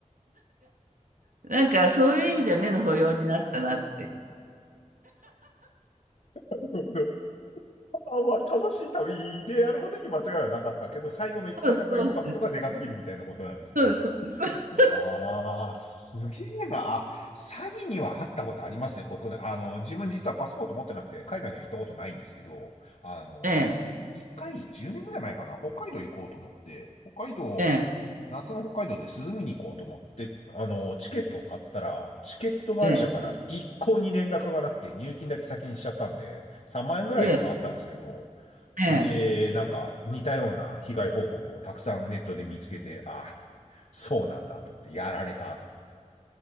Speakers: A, on the right (about 80°); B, on the left (about 55°).
A: なんかそういう意味では目の保養になったなって。
B: <laughs> あんま楽しい旅でやることに間違いはなかったけど、最後の5日間がインパクトがでかすぎるみたいなことなんですね。
A: そうです、そうです。そうです、そうです。
B: ああ、すげえな。あ、詐欺にはあったことありますね、国内。あの、自分実はパスポート持ってなくて、海外には行ったことないんですけど、あの、
A: ええ、
B: 一回、10年ぐらい前かな、北海道行こうと思って、北海道、
A: ええ、
B: 夏の北海道で涼みに行こうと思って、あの、チケットを買ったら、チケット会社から一向に連絡がなくて、
A: ええ
B: 入金だけ先にしちゃったんで、3万円ぐらいではあったんですけど、
A: ええ、ええ。
B: で、なんか似たような被害報告をたくさんネットで見つけて、あ、そうなんだと思って、やられたと思って。